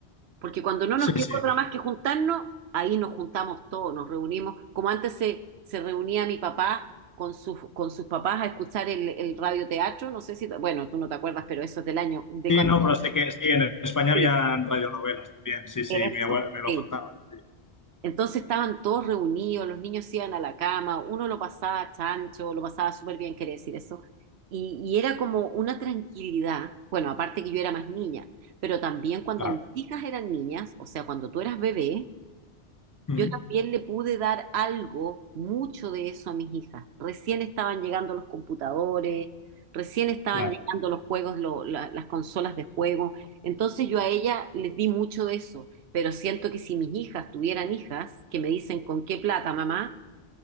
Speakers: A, on the right; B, on the left.
A: Porque cuando no
B: sí.
A: nos queda
B: Sí,
A: otra más que juntarnos, ahí nos juntamos todos, nos reunimos. Como antes se, se reunía mi papá con sus, con sus papás a escuchar el, el radioteatro, no sé si, bueno, tú no te acuerdas, pero eso es del año, de
B: Sí,
A: cuando...
B: no, pero sé que sí, en España
A: Sí,
B: había radionovelas también, sí, sí,
A: eso,
B: mi abuela me lo
A: sí.
B: contaba, sí,
A: Entonces estaban todos reunidos, los niños se iban a la cama, uno lo pasaba chancho, lo pasaba súper bien, quería decir eso. Y, y era como una tranquilidad, bueno, aparte que yo era más niña, pero también cuando
B: claro,
A: mis hijas eran niñas, o sea, cuando tú eras bebé, Yo
B: mm,
A: también le pude dar algo, mucho de eso a mis hijas. Recién estaban llegando los computadores, recién estaban
B: claro,
A: llegando los juegos, lo- la- las consolas de juego. Entonces yo a ella les di mucho de eso, pero siento que si mis hijas tuvieran hijas que me dicen con qué plata, mamá,